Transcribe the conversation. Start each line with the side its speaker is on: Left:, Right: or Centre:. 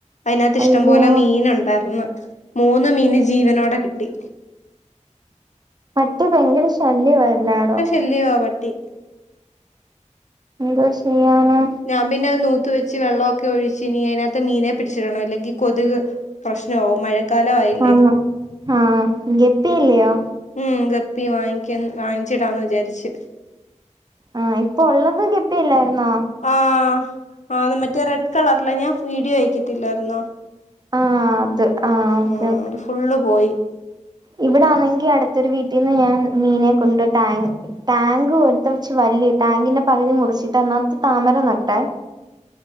Left: അയ്നകത്ത്
Right: അയ്യോ
Left: ഇഷ്ടംപോലെ മീന് ഉണ്ടാർന്ന് മൂന്ന് മീന് ജീവനോടെ കിട്ടി
Right: പട്ടി ഭയങ്കര ശല്യം ആ എല്ലായിടം
Left: ഇല്ലിയോ പട്ടി
Right: എന്തോ ചെയ്യാനാ
Left: ഞാൻ പിന്നെ അത് നൂത്ത് വെച്ച് വെള്ളം ഒക്കെ ഒഴിച്ച് നീ അതിനകത്ത് മീനെ പിടിച്ചിടണം അല്ലെങ്കിൽ കൊതുക് പ്രശ്നാവും മഴക്കാല ആയില്ലേ
Right: ആന്ന് ആഹ് ഗപ്പിയല്ലയോ
Left: ഉം ഗപ്പി വാങ്ങിക്ക വാങ്ങിച്ചിടാന്ന് വിചാരിച്ച്
Right: ആഹ് ഇപ്പൊ ഉള്ളത് ഗെപ്പിയില്ലായിരുന്നോ
Left: ആഹ് ആ മറ്റേ റെഡ് കളർല ഞാൻ വീഡിയോ അയക്കത്തില്ലായിരുന്നോ
Right: ആഹ് അത് ആഹ്
Left: ഉം
Right: ഓക്കെ ഓക്കേ
Left: അത് ഫുള്ള് പോയി
Right: ഇവിടെ ആണെങ്കി അട്ത്തൊരു വീട്ടിൽന്ന് ഞാൻ മീനെ കൊണ്ട് ടാങ്ക് ടാങ്ക് പോടുത്ത വെച്ച് വല്യ ടാങ്കിന്റെ പകുതി മുറിച്ചിട്ട് അയ്ന്നകത്ത് താമര നട്ടെ